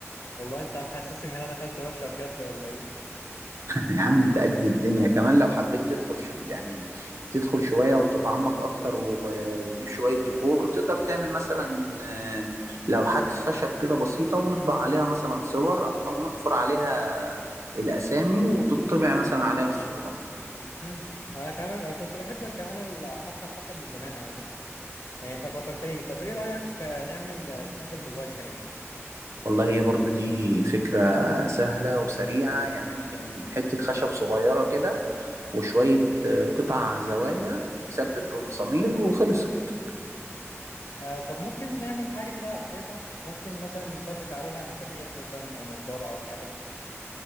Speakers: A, on the left; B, on the right.
A: والله أنت محسسني إن أنا دخلت ورشة بجد ولا إيه؟
B: يا عم انت قد الدنيا كمان لو حبيت تدخل شو يعني تدخل شوية وتتعمق اكتر و... وتجيب شوية ديكور تقدر تعمل مثلا آه، لوحات خشب كده بسيطة ونطبع عليها مثلا صور او نحفر عليها الاسامي وتطبع مثلا عليها صورة
A: مم. أنا كمان أنا كنت بحب كمان الحفرة خشب من زمان على فكرة يعني انت فكرتني طب ايه رأيك آه، نعمل آه، ستاند الموبايل كمان
B: والله هي برضو دي فكرة سهلة وسريعة يعني ممكن حتة خشب صغيرة كده وشوية آه، قطع زوايا تتثبت بمسامير وخلصت
A: آه طب ممكن نعمل حاجة كده على الحيطة ممكن مثلا نثبت عليها مفاتيح مثلا او نضارة او حاجة